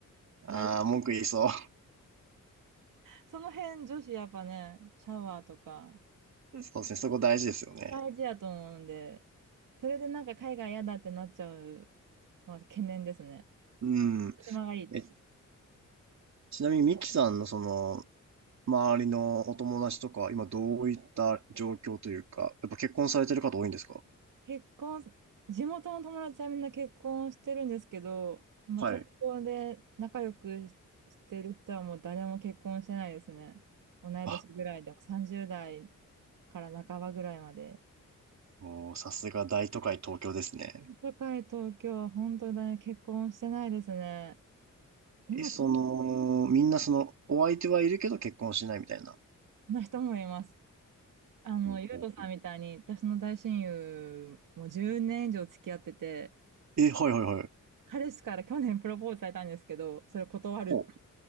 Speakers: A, on the right (about 60°); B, on the right (about 80°).
A: ああ、
B: なり
A: 文句言いそ
B: その辺、女子やっぱね、シャワーとか、
A: う。<laughs> そうですね、そこ大事ですよね。
B: 大事やと思うんで、それでなんか海外嫌だってなっちゃうのは懸念ですね。
A: うん。
B: 島がいいって
A: え、ちなみにミキさんのその、周りのお友達とか、今どういった状況というか、やっぱ結婚されてる方多いんですか
B: 結婚、地元の友達はみんな結婚してるんですけど、今東京で仲良くししてる人はもう誰も結婚してないですね。
A: はい。
B: 同い年ぐらいでも30代
A: あ、
B: から半ばぐらいまで。
A: おーさすが大都会東京ですね。
B: 社会東京は本当に結婚してないですね。今、
A: え、その、
B: 東京
A: みんなその、お相手はいるけど結婚しないみたいな。
B: の人もいます。あの、
A: ほうほうほう
B: ゆうとさんみたいに、私の大親友もじゅう10年以上付き合ってて、
A: え、はいはいはい。
B: 彼氏から去年プロポーズされたんですけど、それ断るって
A: ほ